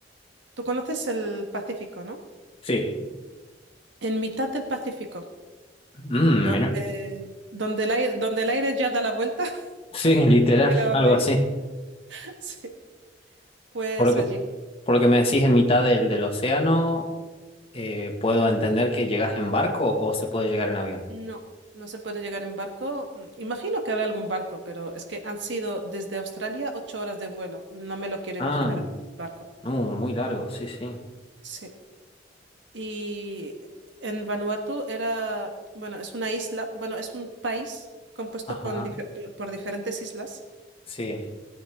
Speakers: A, on the right; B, on the left.
A: Tú conoces el Pacífico, ¿no?
B: Sí.
A: En mitad del Pacífico,
B: Mm,
A: donde,
B: mira.
A: donde el aire, donde el aire ya da la vuelta, <laughs>
B: Sí,
A: porque
B: literal,
A: no tiene a dónde
B: algo así.
A: ir. Sí, pues
B: Por lo que,
A: allí.
B: por lo que me decís en mitad del, del océano, eh, puedo entender que llegas en barco o se puede llegar en avión.
A: No, no se puede llegar en barco. Mm, Imagino que habrá algún barco, pero es que han sido desde Australia ocho horas de vuelo. No me lo quiero
B: Ah,
A: imaginar en un barco.
B: no, muy largo, sí, sí.
A: Sí. Y en Vanuatu era, bueno, es una isla, bueno, es un país compuesto
B: Ajá,
A: con, dife- por diferentes islas.
B: sí.